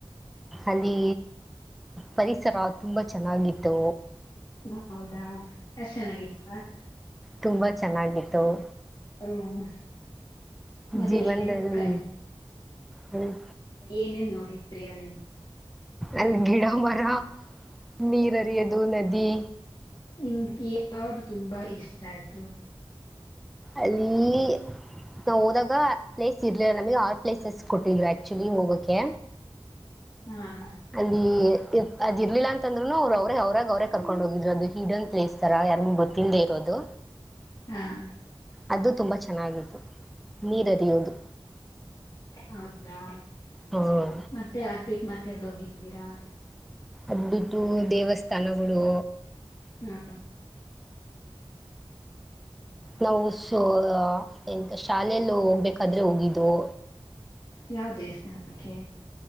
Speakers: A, in the centre; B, on the left.
A: ಅಲ್ಲಿ ಪರಿಸರ ತುಂಬಾ ಚೆನ್ನಾಗಿತ್ತು.
B: ಹೌದಾ ಎಷ್ಟ್ ಚೆನ್ನಾಗಿತ್ತ.
A: ತುಂಬ ಚೆನ್ನಾಗಿತ್ತುವು.
B: ಹ್ಮ ಮತ್ತೆ
A: ಜೀವನದಲ್ಲಿ
B: ಏನೇನ್ ಕ.
A: ಹ್ಮ್
B: ಏನೇನ್ ನೋಡಿದ್ರರಿ ಅಲ್ಲಿ.
A: ಅಲ್ಲಿ ಗಿಡ ಮರ ನೀರ್ ಹರಿಯೋದು ನದಿ.
B: ನಿಮ್ಗೆ ಯಾವದು ತುಂಬಾ ಇಷ್ಟ ಆಯ್ತು.
A: ಅಲ್ಲಿ ನಾ ಹೋದಾಗ ಪ್ಲೇಸ್ ಇರ್ಲಿಲ್ಲ ನಮಗೆ ಆರ್. ಪ್ಲೇಸಸ್ ಕೊಟ್ಟಿದರು ಆ್ಯಕ್ಚುಲಿ ಹೋಗಕ್ಕೆ.
B: ಹಾ-
A: ಅಲ್ಲಿ ಅದ ಇರ್ಲಿಲ್ಲ ಅಂತಂದ್ರುನು ಅವರು ಅವ್ರೇ ಅವರಾಗ ಅವರೇ ಕರ್ಕೊಂಡ್ ಹೋಗಿದ್ರು ಅದು ಹಿಡನ್ ಪ್ಲೇಸ್. ಸರ ಯಾರಿಗ ಗೊತ್ತಿಲ್ಲದೆೇ ಇರೋದು.
B: ಹಾ-
A: ಅದು ತುಂಬಾ ಚೆನ್ನಾಗಿತ್ತು. ನೀರರಿಯುವದು
B: ಹೌದಾ
A: ಹ್ಮ.
B: ಮತ್ತೆ ಅದ್ಬಿಟ್ಟು ಮತ್ತೆಲ್ಲ ಹೋಗಿದ್ದೀರಾ.
A: ಅದ್ಬಿತು ದೇವಸ್ಥಾನಗಳು.
B: ಹಾ-
A: ನಾವು ಸ ಎಂತ ಶಾಲೆಯಲ್ಲ ಹೋಗ್ಬೇಕಾದ್ರೆ ಹೋಗಿದ್ವು.
B: ಯಾವ ದೇವಸ್ಥಾನಕೆ.